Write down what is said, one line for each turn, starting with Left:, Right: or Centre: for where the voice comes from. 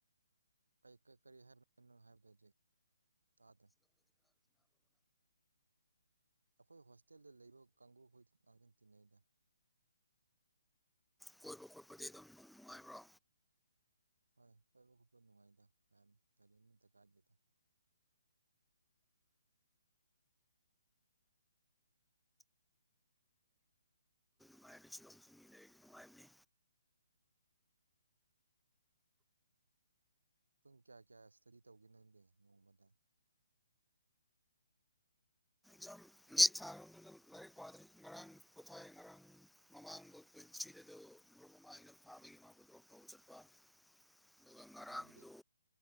Right: ꯀ ꯀ ꯀꯔꯤ ꯍꯥꯏꯔ ꯍꯥꯏꯖꯦ ꯇꯥꯗ ꯑꯩꯈꯣꯏ ꯍꯣꯁꯇꯦꯜꯗ ꯂꯩꯕ ꯀꯥꯡꯒꯕꯨꯈꯣꯏ ꯉꯍꯥꯛꯇꯪ ꯇꯤꯟꯅꯩꯗ
Centre: ꯀꯣꯏꯕ ꯈꯣꯠꯄꯗꯤ ꯑꯗꯨꯝ ꯅꯨꯡꯉꯥꯏꯕ꯭ꯔꯣ
Right: ꯍꯣꯏ ꯍꯣꯏꯕꯨ ꯅꯨꯡꯉꯥꯏꯗ ꯀꯔꯤ ꯊꯀꯥ
Centre: ꯅꯨꯡꯉꯥꯏ ꯁꯤꯂꯁꯤ ꯃꯤ ꯂꯩꯔꯤ ꯅꯨꯡꯉꯥꯏꯕꯅꯤ
Right: ꯄꯨꯡ ꯀꯌꯥ ꯀꯌꯥ ꯏꯁꯇꯗꯤ ꯇꯧꯒꯦ ꯅꯪꯗꯦ ꯅꯣꯡꯃꯗ
Centre: ꯖꯥꯝ ꯊꯥꯔꯣꯝꯅ ꯂꯥꯏꯔꯤꯛ ꯄꯥꯗ꯭ꯔꯤ ꯉꯔꯥꯡ ꯄꯣꯊꯥꯏ ꯉꯔꯥꯡ ꯃꯃꯥꯡꯗ꯭ꯋꯤ ꯊ꯭ꯔꯤꯗꯨꯞ ꯃꯃꯥꯒ ꯐꯥꯕꯒꯤ ꯃꯥ ꯇꯧꯕ ꯆꯠꯄ ꯑꯗꯨꯒ ꯉꯔꯥꯡꯗꯨ
Right: ꯍꯥꯏꯕꯗꯤ